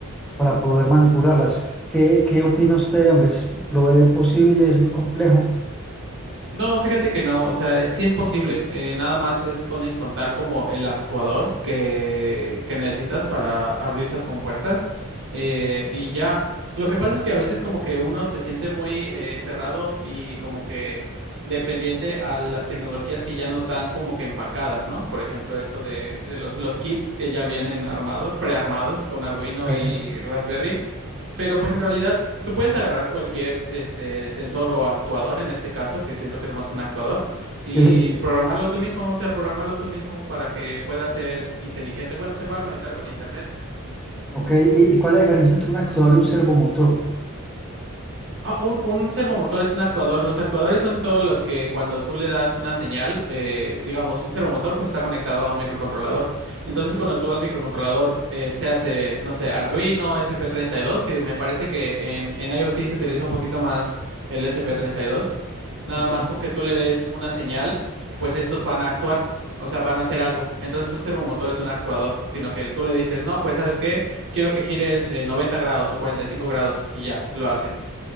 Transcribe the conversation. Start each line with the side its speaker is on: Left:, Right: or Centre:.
Centre: para poder manipularlas. ¿Qué, qué
Right: Ujú.
Centre: opina usted, hombre? ¿Es- ¿Lo ve posible? ¿Es muy complejo?
Right: No, fíjate que no, o sea, eh, sí es posible, eh, nada más es con encontrar como el actuador que, que necesitas para abrir estas compuertas eh, y ya, lo que pasa es que a veces como que uno se siente muy eh, cerrado y como que dependiente a las tecnologías que ya nos dan como que empacadas, ¿no? Por ejemplo, esto de, de los, los kits que ya vienen armados, prearmados con Arduino
Centre: Ok,
Right: y Raspberry. Pero pues en realidad tú puedes agarrar cualquier este sensor o actuador en este caso, que siento que es más un actuador, y
Centre: sí,
Right: programarlo tú mismo, o sea, programarlo tú mismo para que pueda ser inteligente. Bueno, se pueda conectar con internet.
Centre: ok.
Right: Ujú.
Centre: ¿Y, y cuál es la diferencia entre un actuador y un servomotor?
Right: Ah, un, un servomotor es un actuador. Los actuadores son todos los que cuando tú le das una señal, eh, digamos, un servomotor pues está conectado a un microcontrolador. Entonces cuando tú al microcontrolador eh, se hace, no sé, Arduino, S P treinta y dos, que me parece que en, en IoT se utiliza un poquito más el S P treinta y dos, nada
Centre: Ok,
Right: más con que tú le des una señal, pues estos van a actuar. O sea, van a hacer algo. Entonces un servomotor es un actuador, sino que tú le dices, no, pues ¿sabes qué? Quiero que gires eh, 90 grados o 45 grados y ya, lo hace.